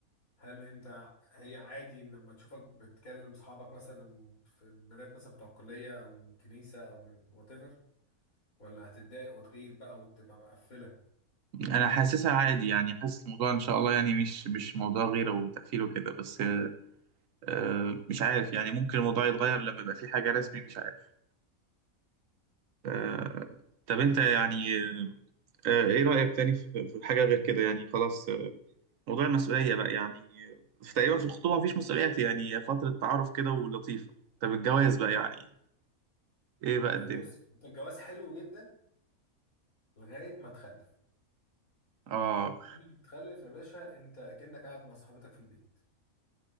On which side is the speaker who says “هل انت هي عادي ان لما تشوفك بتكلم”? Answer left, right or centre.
Left